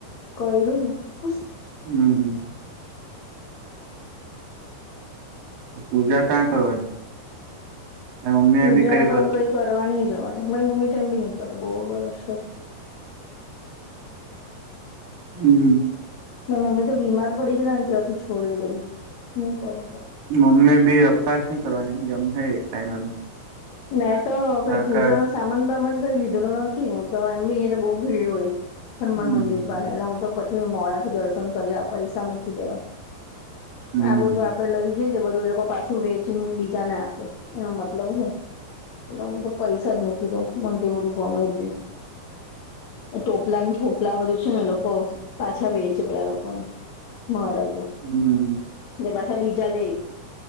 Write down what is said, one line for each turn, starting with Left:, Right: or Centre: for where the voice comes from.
Left: કોઈ <unintelligible> નથી.
Right: હમ હમ. પૂજા કયા કરવાની. મમ્મી
Left: પૂજા
Right: એ બી કર્યું
Left: તો હું
Right: હશે
Left: કઈ કરવા ની જવાની મારી મમ્મી તો એમ બી ની કરે બો વર્ષ
Right: હમ.
Left: મારી મમ્મી તો બીમાર પડી ગયેલા ને ત્યારથી છોડી દીધેલું ની કરુ.
Right: મમ્મી ભી અપવાસ ની કરવાની જમહે એક ટાઈમ એમ
Left: મેં તો કઈ
Right: કારણ
Left: પૂજા
Right: કે
Left: નો સામાન બામાન કઈ લીધેલો નથી હું તો એમ બી અહિયા તો બો ભીડ હોય હનુમાન
Right: હમ
Left: મંદિર પાહે ને હું તો પછી મોડા થી દર્શન કર્યા પૈસા મૂકી દેવા
Right: હમ
Left: અને આ બધું આપળે લઈ જઈને તે બધું એ લોકો પાછું વેચીને બીજા ને આપે એનો મતલબ હોય એટલે હું તો પૈસા જ મુકી દઉં મને તો એ બધું ગમે જઈ ની. ટોપલા ને ફોપલા બધું છે ને એ લોકો પાછા વેચે પેલા લોકોને મારે તો
Right: હમ.
Left: ને પાછા બીજા લે